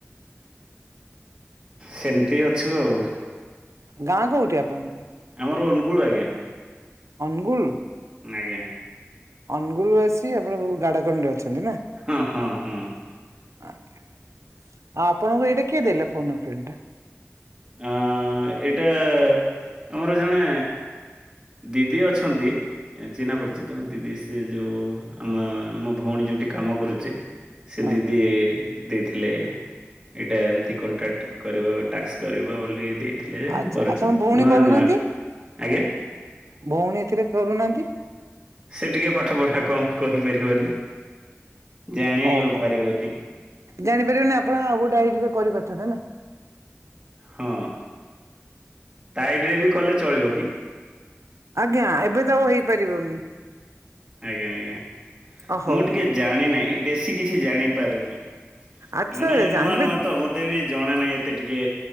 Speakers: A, on the right (about 15°); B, on the right (about 85°).
A: ସେମିତି ଅଛୁ ଆଉ।
B: ଗାଁ କୋଉଠି ଆପଣଙ୍କର?
A: ଆମର ଅନୁଗୁଳ ଆଜ୍ଞା।
B: ଅନୁଗୁଲ।
A: ଆଜ୍ଞା।
B: ଅନୁଗୁଳୁ ଆସି ଆପଣ ଗାଡ଼ାକଣ୍ଡରେ ଅଛନ୍ତି ନା?
A: ହଁ ହଁ ହଁ।
B: ଆଜ୍ଞା। ଆଉ ଆପଣଙ୍କୁ ଏଇଟା କିଏ ଦେଲା ଫୋନ ଏ ଫ୍ରେଣ୍ଡ ଟା?
A: ଆ ଏଇଟା ଆମର ଜଣେ ଦିଦି ଅଛନ୍ତି। ଚିହ୍ନା ପରିଚିତ ଦିଦି ସେ ଯୋଉ ଆମ ମୋ ଭଉଣୀ ଯୋଉଠି କାମ କରୁଛି। ସେ
B: ହଁ
A: ଦିଦି ଦେଇଥିଲେ ଏଇଟା ଏମତି କଣ୍ଟାକ୍ଟ କରିବ ଟାସ୍କ। କରିବ ବୋଲି ଦେଇଥିଲେ
B: ଆଚ୍ଛା
A: ମୁଁ କରୁଛି
B: ଆପଣ ଭଉଣୀ
A: ନୂଆ
B: କରୁନାହାନ୍ତି
A: ନୂଆ ଆଜ୍ଞା।
B: ଭଉଣୀ ଏଥିରେ କରୁନାହାନ୍ତି।
A: ସେ ଟିକେ ପାଠ ପଢା କମ କହିପାରିବନି ଜାଣି
B: ଓହୋ।
A: ପାରିବନି।
B: ଜାଣିପାରିବନି ଆପଣ ଆଉ ଗୋଟେ ଆଇଡି ରେ କରିପାରିଥାନ୍ତେ ନା।
A: ହଁ ତା ଆଇଡିରେ ବି କଲେ ଚଳିବ କି?
B: ଆଜ୍ଞା ଏବେ ତ ଆଉ ହେଇପାରିବନି।
A: ଆଜ୍ଞା, ଆଜ୍ଞା,
B: ଅ ହଉ
A: ମୁଁ ଟିକେ ଜାଣିିନାହିଁ ବେଶୀ କିଛି ଜାଣି ପାରୁନି।
B: ଆଚ୍ଛା
A: ମାନେ
B: ଜାଣିବେ
A: ନୂଆ ନୂଆ ତ ମତେ ବି ଜଣା ନାହିଁ ଏତେ ଟିକେ।